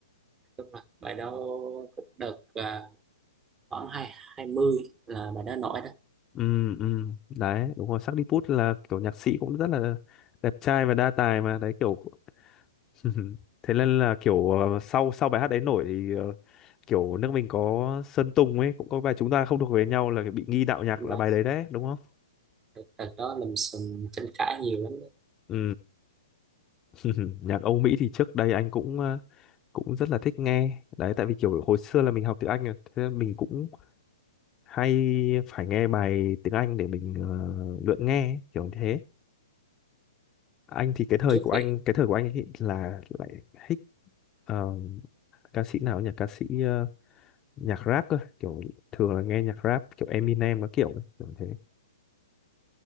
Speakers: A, on the right; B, on the left.
A: rồi bài đó cũng đợt ờ, khoảng hai hai mươi là bài đó nổi đó
B: ừ ừ đấy đúng rồi Sardi Puth là kiểu nhạc sĩ cũng rất là đẹp trai và đa tài mà đấy kiểu <laughs> thế nên là kiểu ờ, sau sau bài hát đấy nổi thì ờ, kiểu nước mình có Sơn Tùng ấy cũng có bài chúng ta không thuộc về nhau là bị nghi đạo nhạc
A: đúng
B: là
A: rồi
B: bài đấy đấy đúng không
A: Thật thật đó lùm xùm tranh cãi nhiều lắm đó.
B: ừ <laughs> nhạc Âu Mỹ thì trước đây anh cũng ờ, cũng rất là thích nghe đấy tại vì kiểu hồi xưa là mình học tiếng Anh rồi, thế nên mình cũng hay phải nghe bài tiếng Anh để mình ờ, luyện nghe ấy, kiểu như thế anh thì cái thời
A: Trước
B: của
A: thì
B: anh cái thời của anh ấy là lại thích ờ, ca sĩ nào nhỉ ca sĩ ờ, nhạc rap cơ kiểu thường là nghe nhạc rap kiểu Eminem các kiểu ấy, kiểu thế